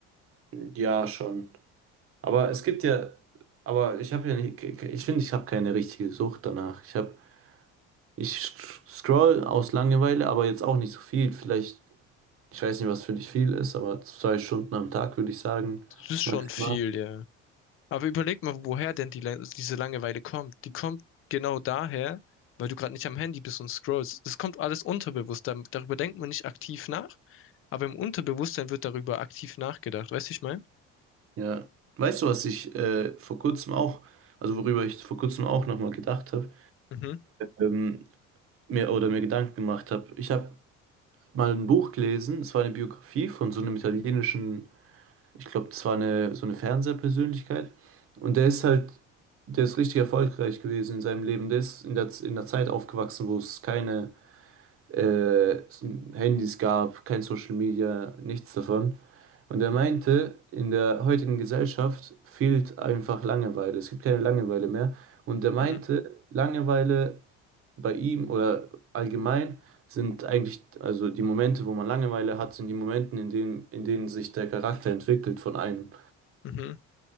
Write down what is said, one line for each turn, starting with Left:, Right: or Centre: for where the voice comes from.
Right: Ja, schon. Aber es gibt ja, aber ich habe ja nicht, ich finde, ich habe keine richtige Sucht danach. Ich habe, ich scroll aus Langeweile, aber jetzt auch nicht so viel. Vielleicht, ich weiß nicht, was für dich viel ist, aber zwei Stunden am Tag würde ich sagen.
Left: Das ist
Right: Maximal.
Left: schon viel, ja. Aber überleg mal, woher denn die, Lang- diese Langeweile kommt. Die kommt genau daher, weil du gerade nicht am Handy bist und scrollst. Das kommt alles unterbewusst. Dar- Darüber denkt man nicht aktiv nach, aber im Unterbewusstsein wird darüber aktiv nachgedacht. Weißt du, ich meine?
Right: Ja, weißt du, was ich äh, vor kurzem auch, also worüber ich vor kurzem auch nochmal gedacht habe,
Left: Mhm.
Right: ähm, mir oder mir Gedanken gemacht habe. Ich habe mal ein Buch gelesen, es war eine Biografie von so einem italienischen, ich glaube, das war eine so eine Fernsehpersönlichkeit. Und der ist halt, der ist richtig erfolgreich gewesen in seinem Leben. Der ist in der, in der Zeit aufgewachsen, wo es keine äh, es Handys gab, kein Social Media, nichts davon. Und er meinte, in der heutigen Gesellschaft fehlt einfach Langeweile. Es gibt keine Langeweile mehr. Und er meinte,
Left: Mhm.
Right: Langeweile bei ihm oder allgemein sind eigentlich, also die Momente, wo man Langeweile hat, sind die Momente, in denen, in denen sich der Charakter entwickelt von einem.
Left: Mhm.